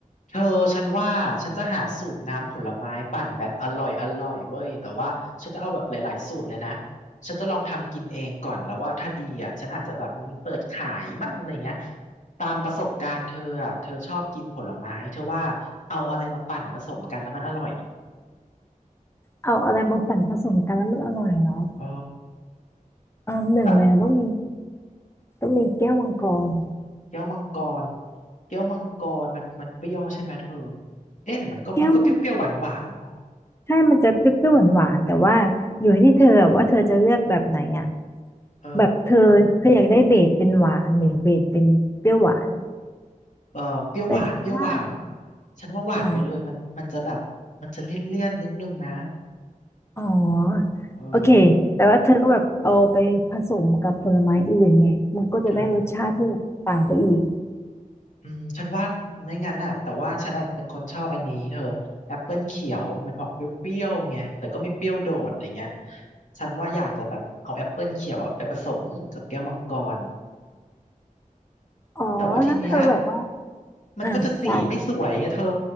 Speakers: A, on the left (about 60°); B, on the left (about 20°).
A: เธอฉันว่าฉันจะหาสูตรน้ำผลไม้ปั่นแบบอร่อยอร่อยเว้ยแต่ว่าฉันจะเอาแบบหลายๆสูตรเลยนะฉันจะลองทำกินเองก่อนแล้วว่าถ้าดีอ่ะฉันอาจจะแบบมีเปิดขายมั่งอะไรเงี้ยตามประสบการณ์เธออ่ะเธอชอบกินผลไม้เธอว่าเอาอะไรมาปั่นผสมกันแล้วมันอร่อย
B: เอาอะไรมาปั่นผสมกันแล้วมันอร่อยแล้ว
A: เออ
B: อ่าหนึ่งเลยนะต้องมี
A: แต่
B: ต้องมีแก้วมังกร
A: แก้วมังกรแก้วมังกรมันมันเปรี้ยวใช่ไหมเธอเอ๊ะหรือมันก็มันก็เปรี้ยวๆหวานๆเนาะ
B: แก้วมังใช่มันจะเปรี้ยวๆหวานๆแต่ว่าอยู่ที่เธออะว่าเธอจะเลือกแบบไหนอ่ะ
A: เออ
B: แบบเธอเธออยากได้เบสเป็นหวานหรือเบสเป็นเปรี้ยวหวาน
A: เออเปรี้ยวหวานเปรี้ยวหวาน
B: แต่ฉันว่า
A: ฉันว่าหวานไปเลยมันมันจะแบบมันจะเลี่ยนเลี่ยนนิดนึงนะ
B: หรออ๋อโอเคแต่ว่าเธอก็แบบเอาไปผสมกับผลไม้อื่นไงมันก็จะได้รสชาติที่แบบต่างไปอีก
A: เออเอออืมฉันว่าไม่งั้นน่ะแต่ว่าฉันอะเป็นคนชอบอันนี้เธอแอปเปิลเขียวมันออกเปรี้ยวๆไงแต่ก็ไม่เปรี้ยวโดดอะไรเงี้ยฉันว่าอยากจะแบบเอาแอปเปิลเขียวอะไปผสมกับแก้วมังกร
B: อ๋อแล้วเธอแบบว่า
A: แต่ว่าทีเนี้ยมันก็จะสีไม่สวยไงเธอ
B: อ่ะได้